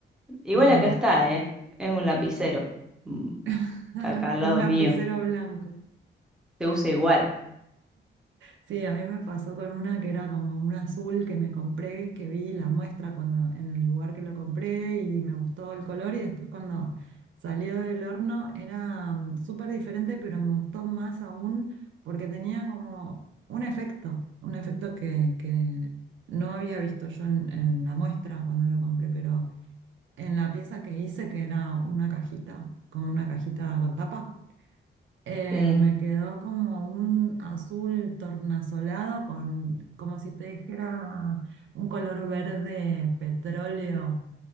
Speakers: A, in the centre; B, on the right.
A: Igual
B: Bueno,
A: acá está, ¿eh? Es un lapicero. Mm,
B: <laughs>
A: Está
B: un
A: acá al lado
B: lapicero
A: mío.
B: blanco.
A: Se usa igual.
B: Sí, a mí me pasó con una que era como un azul que me compré, que vi la muestra cuando en el lugar que lo compré y me gustó el color y después cuando salió del horno era mm, súper diferente, pero me gustó más aún porque tenía como un efecto, un efecto que, que no había visto yo en, en la muestra cuando lo compré, pero en la pieza que hice, que era una cajita, como una cajita con tapa. Eh,
A: Sí,
B: me quedó como un azul tornasolado con, como si te dijera, un color verde petróleo,